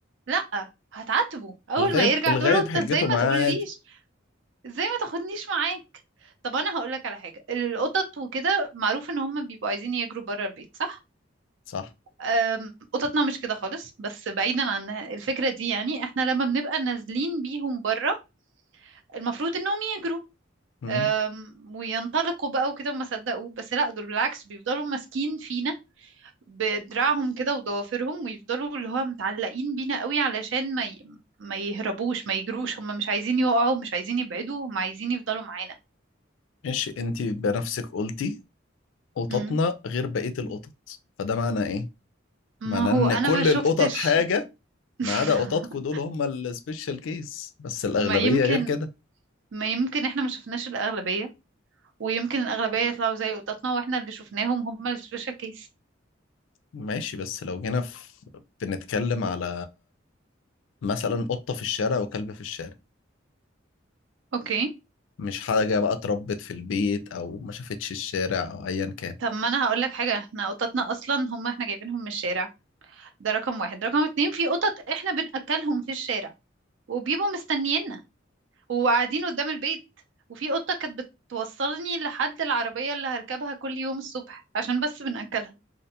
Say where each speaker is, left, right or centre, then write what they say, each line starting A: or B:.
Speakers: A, on the right; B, on the left.
A: لأ هتعاتبه اول
B: الغايب
A: ما يرجع
B: الغايب
A: تقول له انت
B: حجته
A: ازاي ما
B: معاه
A: تقوليش
B: عادي
A: ازاي ما تاخدنيش معاك طب انا هقول لك على حاجة القطط وكده معروف ان هم بيبقوا عايزين يجروا بره البيت صح
B: صح
A: أم، قططنا مش كده خالص بس بعيدا عن الفكرة دي يعني احنا لما بنبقى نازلين بيهم بره المفروض انهم يجروا
B: امم
A: أم، وينطلقوا بقى وكده وما صدقوا بس لا دول بالعكس بيفضلوا ماسكين فينا بدراعهم كده وضوافرهم ويفضلوا اللي هو متعلقين بينا قوي علشان ما ي... ما يهربوش ما يجروش هم مش عايزين يقعوا مش عايزين يبعدوا هم عايزين يفضلوا معانا
B: ماشي انت بنفسك قلتي قططنا
A: مم.
B: غير بقية القطط فده معنى ايه؟
A: ما
B: معناه
A: هو
B: ان
A: انا
B: كل
A: ما شفتش
B: القطط حاجة
A: <laughs>
B: ما عدا قططكوا دول هم السبيشال كيس بس الأغلبية
A: ما يمكن
B: غير كده
A: ما يمكن احنا ما شفناش الأغلبية ويمكن الأغلبية يطلعوا زي قططنا واحنا اللي شفناهم هم السبيشال كيس
B: ماشي بس لو جينا في... بنتكلم على مثلا قطة في الشارع وكلب في الشارع
A: اوكي
B: مش حاجة بقى اتربت في البيت أو ما شافتش الشارع أو أيا كان
A: طب ما انا هقول لك حاجه احنا قططنا اصلا هم احنا جايبينهم من الشارع ده رقم واحد رقم اتنين في قطط احنا بنأكلهم في الشارع وبيبقوا مستنيينا وقاعدين قدام البيت وفي قطه كانت بتوصلني لحد العربيه اللي هركبها كل يوم الصبح عشان بس بنأكلها